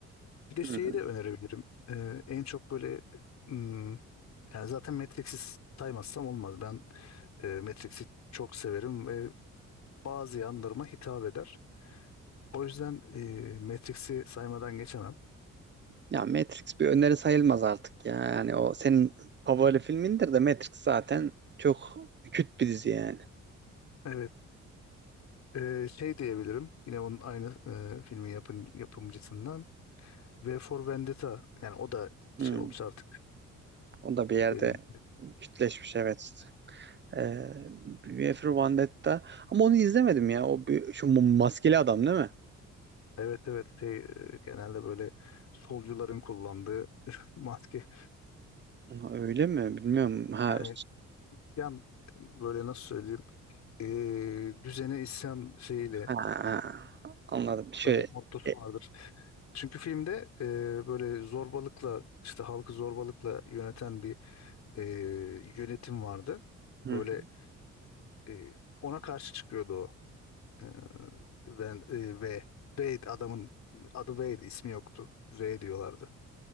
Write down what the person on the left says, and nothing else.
Bir de şeyi
de önerebilirim. E, en çok böyle hmm, yani zaten Matrix'i saymazsam olmaz. Ben e, Matrix'i çok severim ve bazı yanlarıma hitap eder. O yüzden e, Matrix'i saymadan geçemem.
Evet. Ee, şey diyebilirim. Yine onun aynı e, filmin yapın, yapımcısından. V for Vendetta. Yani o da şey
olmuş artık.
Derin.
Evet evet. Şey, e, genelde böyle solcuların kullandığı <laughs> maske.
Yani yan böyle nasıl söyleyeyim? e, düzene isyan şeyiyle
böyle mottosu
vardır. Çünkü filmde e, böyle zorbalıkla işte halkı zorbalıkla yöneten bir e, yönetim vardı.
Böyle
E, ona karşı çıkıyordu o. E, ben, e, V. Wade adamın adı Wade ismi yoktu. V diyorlardı.